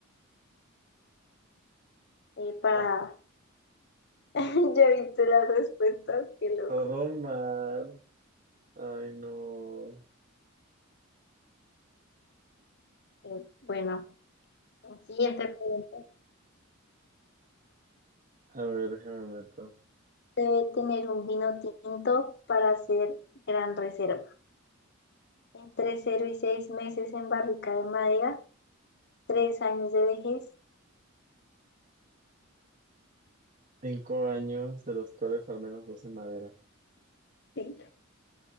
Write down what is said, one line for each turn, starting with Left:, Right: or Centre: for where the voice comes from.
Left: Eh, para...
Right: Ah,
Left: <laughs> Ya he visto las respuestas, qué loco.
Right: todo mal. Ay, no.
Left: Eh, bueno. Siguiente pregunta.
Right: A ver, déjame meto.
Left: Debe tener un vino tinto para hacer gran reserva. Entre cero y 6 meses en barrica de madera, 3 años de vejez.
Right: Cinco años, de los cuales al menos dos en madera.
Left: Sí.